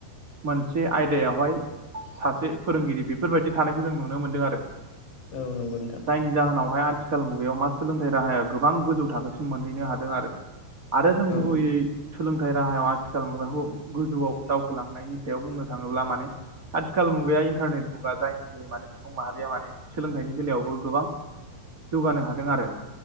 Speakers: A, on the right (about 75°); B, on the left (about 55°).
A: मोनसे आयदायावहाय सासे फोरोंगिरि बेफोरबायदि थानायखौ जों नुनो मोनदों आरो।
B: औ नंगौ नोंथां
A: जायनि जाहोनावहाय आथिखाल मुगायाव मा सोलोंथाइ राहाया गोबां गोजौ थाखोसि मोनहैनो हादों आरो जों
B: औ
A: गुबैयै सोलोंथाइ राहायाव आथिखाल मुगाखौ गोजौआव दावखोलांनायनि सायाव बुंनो थाङोब्ला माने आथिखाल मुगाया इन्टारनेट मुगा जायनि जै माने सुबुं माहारिया माने सोलोंथाइनि बेलायावबो गोबां जौगानो हादों आरो।